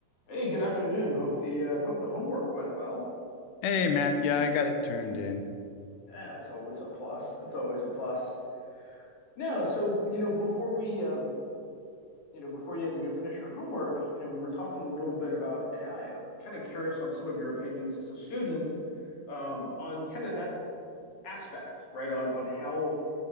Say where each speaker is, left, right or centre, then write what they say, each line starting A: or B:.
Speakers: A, on the left (about 50°); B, on the left (about 85°).
A: Hey, good afternoon. Hope the uh, hope the homework went well.
B: Hey, Matt. Yeah, I got it turned in.
A: Yeah, that's always a plus. That's always a plus. No, so you know, before we um, you know, before you had to go finish your homework, you know, we were talking a little bit about AI, and I'm kind of curious on some of your opinions as a student um, on kind of that aspect, right? On on how